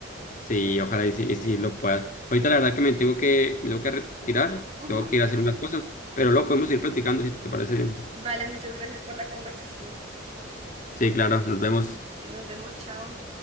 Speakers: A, on the left; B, on the right.
A: Sí, ojalá y sí, y sí lo puedas. Ahorita la verdad que me tengo que, me tengo que retirar,
B: Ujú.
A: tengo que ir a hacer unas cosas, pero luego podemos ir platicando si te parece bien.
B: Vale, muchas gracias por la conversación.
A: Sí, claro, nos vemos.
B: Nos vemos, chao.